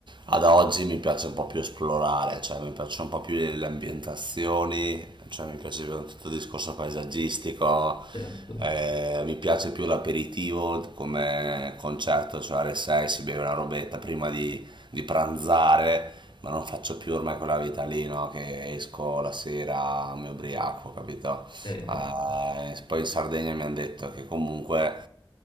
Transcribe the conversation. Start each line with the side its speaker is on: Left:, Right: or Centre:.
Right: Ad oggi mi piace un po' più esplorare, cioè mi piacciono un po' più le ambientazioni, cioè mi piace più tutto il discorso paesaggistico,
Left: Certo,
Right: eh, mi piace più l'aperitivo come concetto, cioè alle 6 si beve una robetta prima di di pranzare, ma non faccio più ormai quella vita lì, no? Che esco la sera, mi ubriaco, capito?
Left: eh, esatto.
Right: Eh, poi in Sardegna mi hanno detto che comunque,